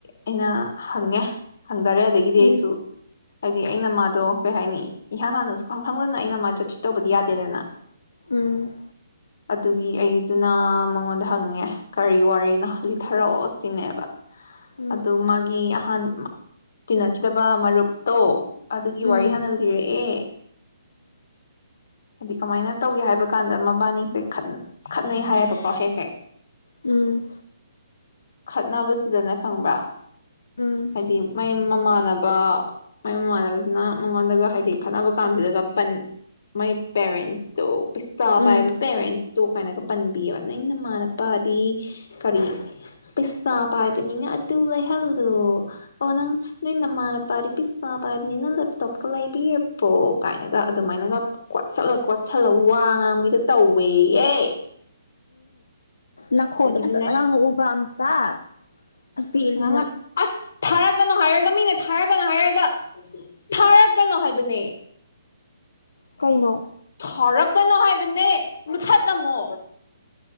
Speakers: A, on the left; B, on the left.
A: ꯑꯩꯅ ꯍꯪꯉꯦ ꯐꯪꯗꯔꯦ ꯑꯗꯒꯤꯗꯤ
B: ꯎꯝ
A: ꯑꯩꯁꯨ ꯍꯥꯏꯗꯤ ꯑꯩꯅ ꯃꯥꯗꯣ ꯀꯩ ꯍꯥꯏꯅꯤ ꯏꯍꯥꯟ ꯍꯥꯟꯅ ꯁꯨꯛꯈꯪ ꯈꯪꯗꯅ ꯑꯩꯅ ꯃꯥꯖꯦ ꯆꯤꯠ ꯇꯧꯕꯗꯤ ꯌꯥꯗꯦꯗꯅ
B: ꯎꯝ
A: ꯑꯗꯨꯒꯤ ꯑꯩꯗꯨꯅ ꯃꯉꯣꯟꯗ ꯍꯪꯉꯦ ꯀꯔꯤ ꯋꯥꯔꯤꯅꯣ ꯂꯤꯊꯔꯛꯑꯣ ꯁꯤꯅꯦꯕ
B: ꯍ
A: ꯑꯗꯨ ꯃꯥꯒꯤ ꯑꯍꯥꯟꯕ ꯇꯤꯟꯅꯈꯤꯗꯕ ꯃꯔꯨꯞꯇꯣ ꯑꯗꯨꯒꯤ
B: ꯎꯝ
A: ꯋꯥꯔꯤ
B: ꯎꯝ
A: ꯍꯥꯟꯅ ꯂꯤꯔꯛꯑꯦ ꯍꯥꯏꯗꯤ ꯀꯃꯥꯏꯅ ꯇꯧꯒꯦ ꯍꯥꯏꯕ ꯀꯥꯟꯗ ꯃꯕꯥꯏꯅꯤꯁꯦ ꯈꯠ ꯈꯠꯅꯩ ꯍꯥꯏꯌꯦꯕꯀꯣ ꯍꯦꯛ ꯍꯦꯛ
B: ꯎꯝ
A: ꯈꯠꯅꯕꯁꯤꯗꯅꯦ ꯈꯪꯕ꯭ꯔꯥ
B: ꯎꯝ ꯎꯝ
A: ꯍꯥꯏꯗꯤ ꯃꯥꯏ ꯃꯃꯥꯟꯅ ꯕ ꯃꯥꯏ ꯃꯃꯥꯟꯅꯕꯁꯤꯅ ꯃꯉꯣꯟꯗꯒ ꯍꯥꯏꯗꯤ ꯈꯠꯅꯕ ꯀꯥꯟꯗꯨꯗꯒ ꯄꯟ ꯃꯥꯏ ꯄꯦꯔꯦꯟꯁꯇꯣ ꯄꯩꯁꯥ
B: ꯎꯝ
A: ꯄꯥꯏꯕ ꯄꯦꯔꯦꯟꯁꯇꯣ ꯀꯥꯏꯅꯒ ꯄꯟꯕꯤꯌꯦꯕ ꯅꯪ ꯅꯃꯥꯟ ꯇꯥꯗꯤ ꯀꯔꯤ ꯄꯩꯁꯥ ꯄꯥꯏꯕꯅꯤꯅ ꯑꯗꯨ ꯂꯩꯍꯜꯂꯣ ꯑꯣ ꯅꯪ ꯅꯣꯏ ꯅꯃꯥꯟꯅ ꯇꯥꯜꯂꯤ ꯄꯤꯁꯥ ꯄꯥꯏꯕꯅꯤꯅ ꯂꯦꯞꯇꯣꯞꯇꫭ ꯂꯩꯕꯤꯔꯕꫭ ꯀꯥꯏꯅꯒ ꯑꯗꯨꯃꯥꯏꯅꯒ ꯀꯣꯠꯁꯜꯁ ꯀꯣꯠꯁꯜꯂ ꯋꯥꯡ ꯉꯥꯡꯕꯤꯗꫭ ꯇꯧꯋꯦꯌꯦ
B: ꯅꯈꯣꯟꯗꯣ
A: ꯑꯗꯒꯤꯗꯤꯅꯦ
B: ꯐꯖꯅ ꯉꯥꯡꯉꯛꯎꯕ ꯑꯝꯇ ꯑꯩ ꯄꯦꯜꯂꯦꯈꯦ
A: ꯉꯥꯡꯉꯛ
B: ꯅꯪ
A: ꯑꯁ ꯊꯥꯔꯛꯀꯅꯣ ꯍꯥꯏꯔꯒ ꯃꯤꯅ ꯊꯥꯔꯛꯀꯅꯣ ꯍꯥꯏꯔꯒ ꯊꯥꯔꯛꯀꯅꯣ ꯍꯥꯏꯕꯅꯦ
B: ꯀꯩꯅꯣ
A: ꯊꯥꯔꯛꯀꯅꯣ ꯍꯥꯏꯕꯅꯦ ꯃꯨꯊꯠꯂꯝꯃꯣ